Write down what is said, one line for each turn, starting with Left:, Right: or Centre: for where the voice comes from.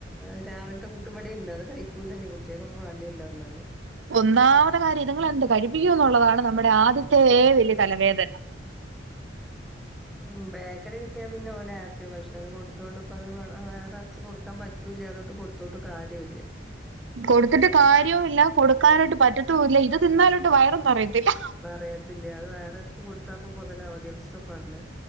Centre: അത് രാവിൽത്തെ പുട്ടുപടിണ്ട് അത് കയ്ക്കൂലഞ് കുട്ടിയൾകൊന്നും വാണ്ടിര്‌ല വന്നാല്
Right: ഒന്നാമത്തെ കാര്യം ഇതിങ്ങളെന്തു കഴിപ്പിക്കൂന്നുള്ളതാണ് നമ്മുടെ ആദ്യത്തെ വലിയ തലവേദന
Centre: ഉം ബേക്കറി കിട്ടിയാ പിന്നെ ഒലാപ്പിയാ പഷേ അത് കൊട്ത്തോണ്ട്പ്പത് വയറർച്ച് കൊട്ക്കാം പറ്റുല്യ അതോട്ട് കൊ ത്തോട്ട് കാരുല്യ
Right: കൊട്ത്തിട്ട് കാര്യുല്ല കൊട്ക്കാനോട്ട് പറ്റത്തൂല്ല ഇത് തിന്നാലോട്ട് വയറും നെറയത്തില്ല
Centre: നെറയത്തില്യാ അത് വയറർച്ച് കൊട്ത്താപ്പോ മെതലാവോ ദിവസോം മാണ്ടേ